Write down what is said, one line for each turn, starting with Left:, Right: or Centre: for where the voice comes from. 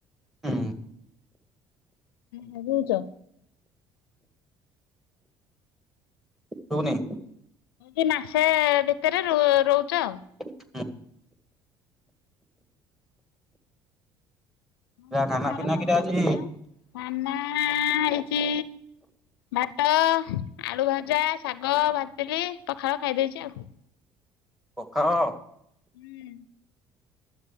Centre: ହୁଁ।
Left: ଲାଗୋଛ।
Centre: ଶୁବୁନି।
Left: କି ମାସେ ଭିତରେ ରୋଉଚ।
Centre: କିରା
Left: ମସଲା
Centre: ଖାନା
Left: ସାର
Centre: ପିନା
Left: ସବୁ
Centre: କିରା ଆଜି
Left: ଆ ସାନା ହେଇଛି। ଭାତ ଆଳୁ ଭଜା ଶାଗ ଭାଜିଥିଲି ପଖାଳ ଖାଇଦେଇଛି ଆଉ।
Centre: ପଖାଳ।
Left: ହୁଁ।